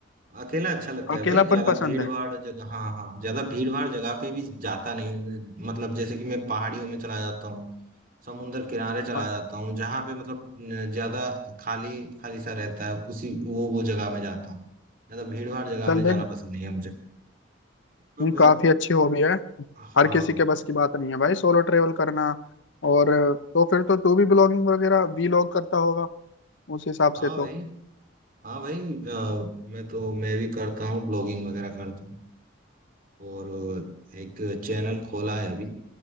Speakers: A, on the right; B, on the left.
A: अकेला अच्छा लगता
B: अकेलापन
A: है भाई ज्यादा
B: पसंद
A: भीड़
B: है
A: भाड़ जगह हाँ हाँ ज्यादा भीड़ भाड़ जगह पे भी जाता नहीं हूँ। मतलब जैसे कि मैं पहाड़ियों में चला जाता हूँ समुन्द्र किनारे चला
B: हाँ,
A: जाता हूँ जहाँ पे मतलब न, ज्यादा खाली खाली सा रहता है उसी वो वो जगह में जाता हूँ ज्यादा भीड़ भाड़ जगह
B: चल
A: में
B: देख
A: जाना पसंद नहीं है मुझे मतलब
B: ये काफी अच्छी हॉबी है
A: हाँ
B: हर किसी
A: भाई
B: के बस की बात नहीं है भाई सोलो ट्रेवल करना और तो फिर तो तू भी ब्लॉगिंग वगैरह वीलॉग करता होगा उस हिसाब
A: हाँ
B: से तो
A: भाई हाँ भाई अ, मैं तो मैं भी करता हूँ ब्लॉगिंग वगैरह करता हूँ और एक चैनल खोला है अभी